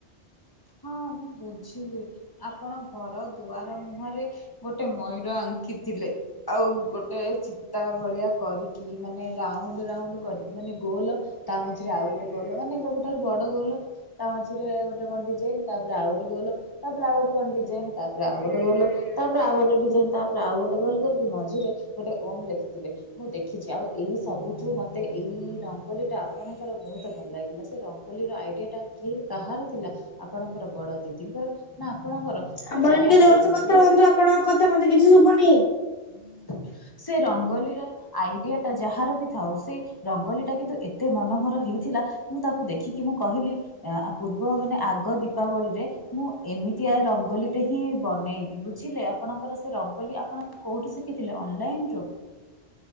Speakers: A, on the left; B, on the left.
A: ହଁ ମୁଁ ବୁଝିଲି ଆପଣ ଘର ଦୁଆର ମୁହଁରେ ଗୋଟେ ମୟୂର ଆ ଶଖିଥିଲେ ଆଉ ଗୋଟେ ଚିତା ଭଳିଆ କରିକି ମାନେ ରାଉଣ୍ଡ ରାଣ୍ଡ କରିକି ମାନେ ଗୋଲ ତା ମଝିରେ ଆଉ ଗୋଟେ ଗୋଲ ମାନେ ସବୁଠାରୁ ବଡ ଗୋଲ ତା ମଝିରେ ଗୋଟେ ଗଣ୍ଡି ତାପ ଆଉ ଗଟେ ଗଲ ତାପରେ ଆଉ ଗୋଟେ କଣ ଡିଜାଇନ ତାପରେ ଆଉ ଗୋଟେ ଗଲ ତାପରେ ଆଉ ଗୋଟେ ଡିଜାଇନ ତାପରେ ଆଉ ଗୋଟେ ଗଲ କରିକି ମଝିରେ ଗୋଟେ ଓମ ଲେଖିଥିଲେ ମୁଁ ଦେଖିଛି ଆଉ ଏଇ ସବୁଠୁ ମତେ ଏଇ ରଙ୍ଗୋଲି ଟା ଆପଣଙ୍କର ବହୁତ ଭଲ ଲାଗିଲା ସେ ରଙ୍ଗୋୋଲିୀର ଆଇଡିଆ ଟା କିଏ କାହାର ଥିଲା ଆପଣଙ୍କର ବଡ ଦିଦିଙ୍କର ନା ଆପଣଙ୍କର ସେ
B: ଆପଣ
A: ଯାହାର
B: ଟିକେ ଜୋରସୋ
A: ବି ଥାଉ
B: କଥା
A: କିନ୍ତୁ
B: କୁନ୍ତୁ ଆପଣଙ୍କ କଥା ମନ୍ତୁ କିଛି ଶୁଭନି
A: ହ ସେ ରଙ୍ଗୋଲିୀର ଆଇଡିଆ ଟା ଯାହାର ବି ଥାଉ ସେ ରଙ୍ଗୋଲିଲି ଟା କିନ୍ତୁ ଏତେ ମନୋହର ହେଇ ଥିଲା ମୁଁ ତାକୁ ଦେଖିକି ମୁଁ କହିଲି ପୂର୍ବ ମାନେ ଆଗ ଦୀପାବଳିରେ ମୁଁ ଏମିତି ଆ ରଙ୍ଗୋଲିଟେ ହିଁ ବନେଇବି ବୁଝିଲେ ଆପଣଙ୍କର ସେ ରଗୋଲି ଆପଣ କୋଉଠୁ ଶିଖିଥିଲେ ଅନଲାଇନ ରୁ